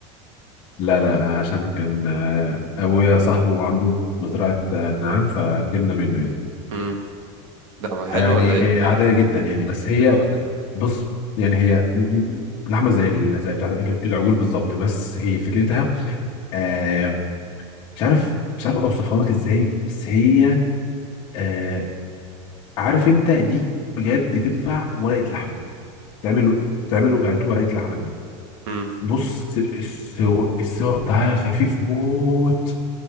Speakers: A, on the left (about 35°); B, on the right (about 80°).
A: لا لا عشان كان آه، ابويا صاحبه عنده مزرعه آه، نعام فجبنا منه يعني
B: امم ده حلو
A: يعني
B: ولا ايه
A: عادية جدا يعني بس كده هي ولا إيه؟ بص يعني هي م- م- لحمة زي ال- زي بتاع العجول بالظبط بس هي فكرتها آه مش عارف مش عارف اوصفها لك ازاي بس هي آه عارف انت دي بجد تنفع ورقة لحمة تعمل تعمل ورقة ورقة لحمة دي
B: امم
A: بص السوا السوا بتاعها خفيف موت